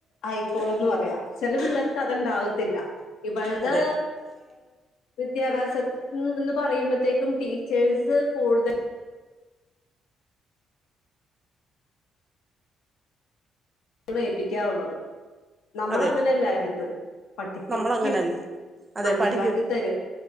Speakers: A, on the left; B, on the right.
A: ആയിക്കോളന്ന് പറയാം ചില പിള്ളേർക്ക് അത്ണ്ടാവത്തില്ല ഇപ്പോഴത്
B: അതെ
A: വിദ്യാഭ്യാസത്തി എന്ന് പറയുമ്പോഴത്തേക്കും ടീച്ചേഴ്സ് കൂടുതൽ ണയിപ്പിക്കാറുള്ളത് നമ്മളങ്ങനെല്ലായിരുന്നു
B: അതെ
A: പഠിപ്പിക്കും
B: നമ്മളങ്ങനെയല്ല അതെ
A: മനസിലാക്കിത്തരും
B: പഠിക്കും